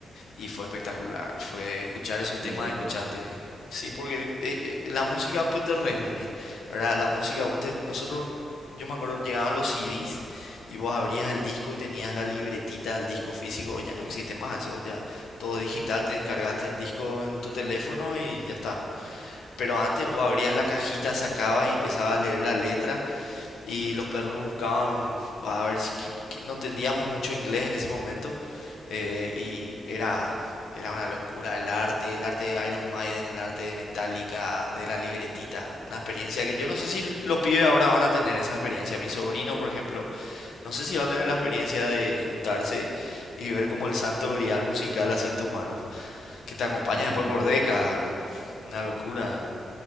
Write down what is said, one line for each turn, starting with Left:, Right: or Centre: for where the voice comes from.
Left: Y fue espectacular. Fue escuchar esos
Right: Qué
Left: temas
Right: gusto.
Left: que escuchaste. Sí, porque eh, eh, la música pues te reúne, ¿verdad? La música, vos te- nosotros, yo me acuerdo, llegaban los CDs y vos abrías el disco y tenías la libretita del disco físico. Hoy ya no existe más eso, ya todo digital, te descargaste el disco en tu teléfono y ya está. Pero antes vos abrías la cajita, sacabas y empezabas a leer la letra y los perros buscaban a ver si qui- qui- no entendíamos mucho inglés en ese momento eh, y era era una locura el arte, el arte de Iron Maiden, el arte de Metallica, de la libretita, una experiencia que yo no sé si los pibes ahora van a tener esa experiencia. Mi sobrino, por ejemplo, no sé si va a tener la experiencia de juntarse y ver como el santo grial musical así en tus manos, que te acompaña
Right: <laughs>
Left: después por décadas. ¿verdad? Una locura,